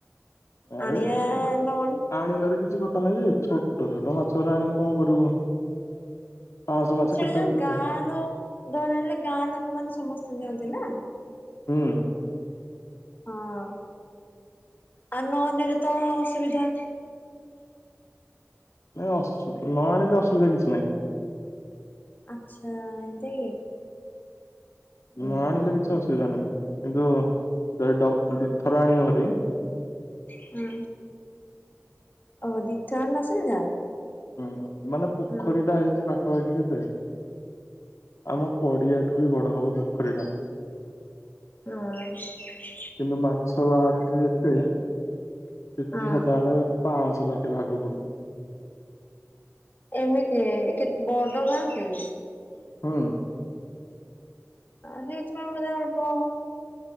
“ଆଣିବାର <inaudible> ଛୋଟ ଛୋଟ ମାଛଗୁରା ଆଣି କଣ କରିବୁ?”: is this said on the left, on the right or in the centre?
Left